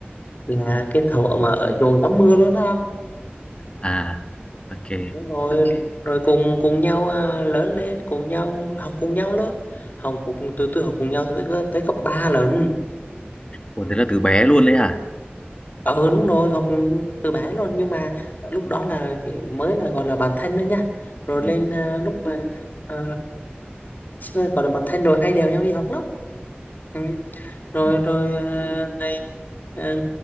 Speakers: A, on the left (about 50°); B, on the left (about 25°).
A: là
B: Ừ.
A: cái thuở mà ở chuồng tắm mưa luôn đó
B: à ok
A: đúng rồi rồi cùng cùng nhau à, lớn lên cùng nhau học cùng nhau lớn học cùng từ từ học cùng nhau tới, tới cấp 3 lần
B: ủa
A: Ừ.
B: thế là từ bé luôn đấy hả
A: ừ đúng rồi học từ bé luôn nhưng mà lúc đó là mới là gọi là bạn thân thôi nha rồi
B: ừ.
A: lên à, lúc mà à, gọi là bạn thân rồi hay đèo nhau đi học lắm rồi
B: Ừ.
A: rồi à, này à,